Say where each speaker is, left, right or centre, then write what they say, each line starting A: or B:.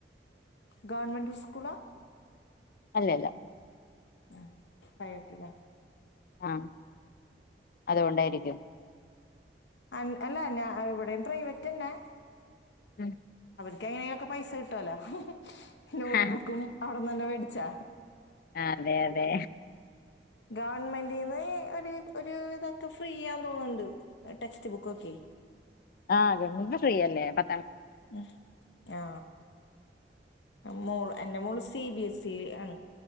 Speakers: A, on the left; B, on the left.
A: ഗവർമെന്റ് സ്കൂളാ
B: അല്ലല്ല
A: ഉം പ്രൈവറ്റ്യല്ലേ
B: ആ അതുകൊണ്ടായിരിക്കും
A: അ അല്ല ഞാ ഇവിടെയും പ്രൈവറ്റ്ന്നെ
B: ഉം
A: ക്കെങ്ങനെയിലൊക്കെ പൈസ കിട്ടുവലോ നോട്ട്ബുക്കും
B: ഹ
A: അവിടന്ന തന്നെ വേടിച്ചാ
B: ആ അതെ അതെ
A: ഗവൺമെന്റീന്ന് ഒരുവിദൊക്കെ ഫ്രീ ആൻ തോന്ന്ണ്ട് ടെക്സ്റ്റ് ബുക്കൊക്കെ
B: ആഹ ഗർമെന്റ് ഫ്രീയല്ലേ പ
A: ഉ ആ മൂള എന്റെ മോള് സിബിഎസ്ഇ ആണ്